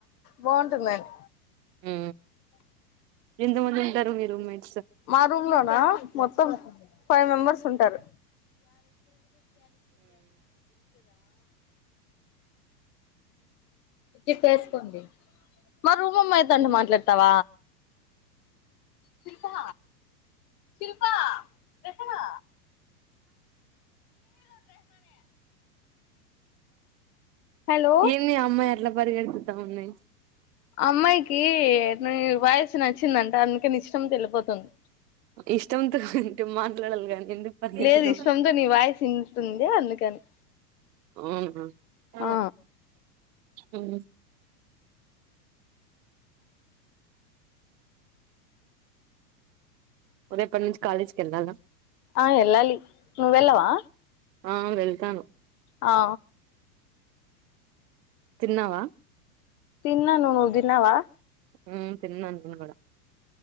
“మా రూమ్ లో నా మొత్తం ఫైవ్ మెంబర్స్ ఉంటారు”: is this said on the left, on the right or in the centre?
Left